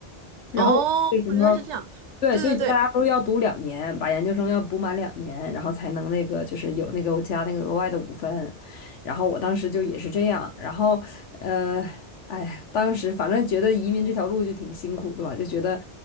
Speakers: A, on the left (about 80°); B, on the right (about 75°).
A: 然后我那时候。
B: 哦，原来是这样，
A: 对，
B: 对对对，
A: 所以就大家都要读两年，把研究生要补满两年，然后才能那个就是有那个加那个额外的五分。然后我当时就也是这样，然后呃，哎呀，当时反正觉得移民这条路就挺辛苦的吧，就觉得